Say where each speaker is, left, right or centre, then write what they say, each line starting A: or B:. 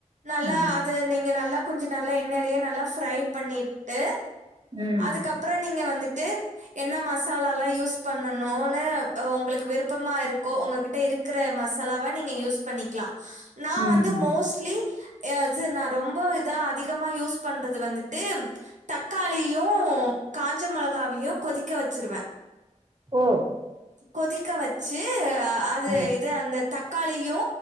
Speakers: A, on the right; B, on the right.
A: நல்லா
B: ம்
A: அது நீங்க நல்லா கொஞ்சம் நல்லா எண்ணெயிலயே நல்லா ஃப்ரைபண்ணிட்டு
B: ம்
A: அதுக்கப்புறம் நீங்க வந்துட்டு என்ன மசாலால்லாம் யூஸ் பண்ணனும்ன்னனு உங்களுக்கு விருப்பமா இருக்கோ உங்ககிட்ட இருக்கற மசாலாவா நீங்க யூஸ் பண்ணிக்கலாம் நான்
B: ம்
A: வந்து மோஸ்ட்லி இது நான் ரொம்ப இதா அதிகமா யூஸ் பண்றது வந்துட்டு தக்காளியும் காஞ்ச மிளகா <inaudible> வையும் கொதிக்க வச்சிருவேன்
B: ஓ
A: கொதிக்க வெச்சு வெச்சு அது
B: ஆ
A: இது அந்த தக்காளியு